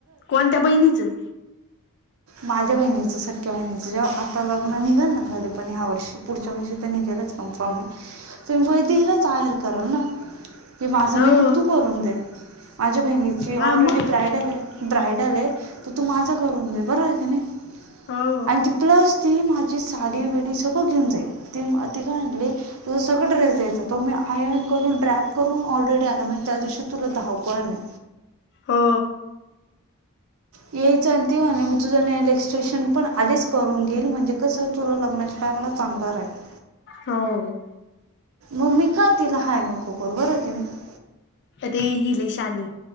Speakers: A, on the left; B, on the right.
A: कोणत्या बहिणीचं.
B: माझ्या बहिचं सख्या बहिणीच जेव्हा आता लग्न निघेल ना कधी पण ह्या वर्षी पुढच्या वर्षी त्यांनी केलंच कन्फर्म आहे
A: ह.
B: तुम्ही वैदही लाचा आहेर करा ना हे माझा
A: हो
B: मेकअप तू करून दे माझ्या बहिणी जी
A: हा
B: ऑलरेडी
A: मग
B: ब्रायडल आहे ब्रायडल आहे तर तू माझं करून दे बर आहे की नाही.
A: हो
B: आणि ती प्लस ती माझी साडी बिडी सगळं घेऊन जाईल ती ती काय आणली तुं सगळं ड्रेस द्यायचा तो मी हायान करून ड्रॅप करून ऑलरेडी आला म्हणजे त्या दिवशी तुला धावपळ नाही.
A: हो.
B: यायचं ती मी तुझा नस्ट्रेशन पण आधीच करून घेल म्हणजे कसं तुला लग्नाच्या टायमला चांगलं राहील आहे
A: हो
B: मम्मी काय तिला हायर नको बरोबर आहे की नाही.
A: त्यात आहे ती लय शहाणी.